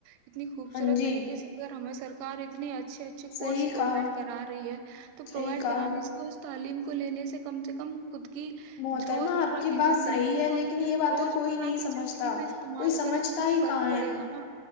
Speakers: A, on the right; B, on the left.
A: اتنی خوبصورت
B: ہاں جی
A: طریقے سے اگر ہمیں سرکار اتنی اچھ اچھے اچھے کورس
B: صحیح
A: پرووائڈ
B: کہا
A: کرا رہی ہے تو
B: صحیح
A: پرووائڈ
B: کہا
A: کرانے سے اس تعلیم کو لینے سے کم سے کم خود کی
B: محترمہ
A: روز مرہ
B: آپ
A: کی
B: بات
A: زندگی
B: صحیح
A: میں
B: ہے لیکن
A: تو
B: یہ باتیں
A: روز
B: کوئی
A: مرہ
B: نہیں
A: کی
B: سمجھتا
A: زندگی میں استعمال
B: کوئی سمجھتا
A: کریں تو کچھ
B: ہی
A: فرق
B: کہاں ہے
A: پڑے گا نا